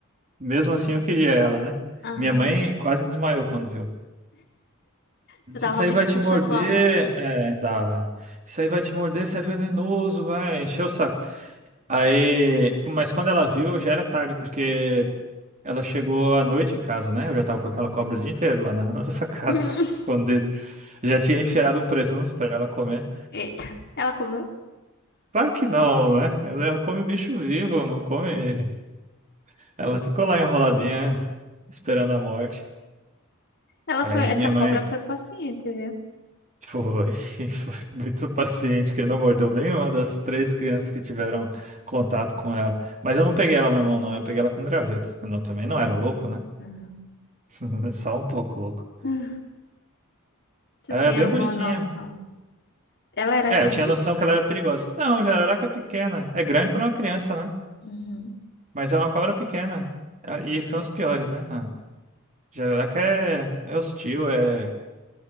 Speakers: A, on the right; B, on the left.
A: Mesmo assim, eu queria ela, né?
B: Aham.
A: Minha mãe quase desmaiou quando viu.
B: Tu
A: Se
B: dava
A: isso
B: muito
A: aí vai
B: susto
A: te morder,
B: à tua mãe.
A: é, dava. Isso aí vai te morder, isso é venenoso, vai, encheu o saco. Aí, mas quando ela viu, já era tarde, porque ela chegou à noite em casa, né? Eu já tava com
B: Uhum.
A: aquela cobra o dia inteiro lá na, <laughs> na sacada,
B: <laughs>
A: escondida. Já tinha enfiado um presunto pra ela comer.
B: Eita. Ela comeu?
A: Claro que não, né? Ela come bicho vivo, não come. Ela ficou lá enroladinha, esperando a morte.
B: Ela
A: Aí
B: foi, essa
A: minha
B: cobra
A: mãe.
B: foi paciente, viu?
A: Foi, <laughs> foi muito paciente, que não mordeu nenhuma das três crianças que tiveram contato com ela. Mas eu não peguei ela na mão, não, eu peguei ela com graveto. Eu não- também
B: Sim,
A: não era louco,
B: sim.
A: né?
B: Uhum.
A: <laughs> Só um pouco louco.
B: <sighs> Tu
A: Ela
B: tinha
A: era bem
B: alguma
A: bonitinha.
B: noção? Ela era
A: É,
B: grande?
A: eu tinha noção que ela era perigosa. Não, jararaca é pequena. É grande para uma criança, né?
B: Uhum.
A: Mas é uma cobra pequena. Ah, E são as piores, né? Ah, jararaca é, é hostil, é.